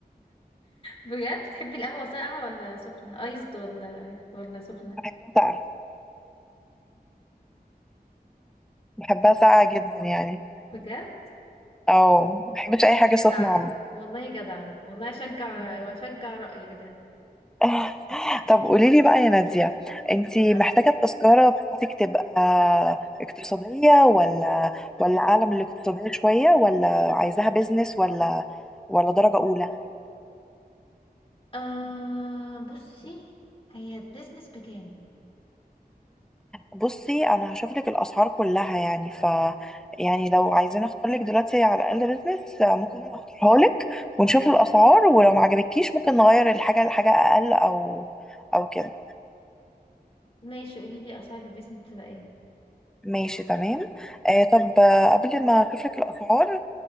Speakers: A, on the left; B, in the centre.
A: بجد بتحبي القهوه ساقعه ولا سخنه ايزد ولا ولا سخنه
B: بحبها ساقعه بحبها ساقعه جدا يعني
A: بجد
B: اه ما بحبش اي حاجه
A: جدعه
B: سخنه عامه
A: والله جدعه والله اشجع واشجع رايك ده
B: <laughs> طب قولي لي بقى يا نادية انتي
A: ايه يا حبيبتي
B: محتاجة التذكرة بتاعتك تبقى اقتصادية ولا ولا أعلى من الاقتصادية شوية ولا عايزاها بيزنس ولا ولا درجة أولى
A: آه بصي هي البيزنس بكام
B: بصي أنا هشوف لك الأسعار كلها يعني ف يعني لو عايزين أختار لك دلوقتي على الأقل بيزنس ممكن أنا أختارها لك ونشوف الأسعار ولو ما عجبتكيش ممكن نغير الحاجة لحاجة أقل أو أو كده
A: ماشي قولي لي اسعار البيزنس تبقى ايه
B: ماشي تمام آه طب آه، قبل ما اشوف لك الاسعار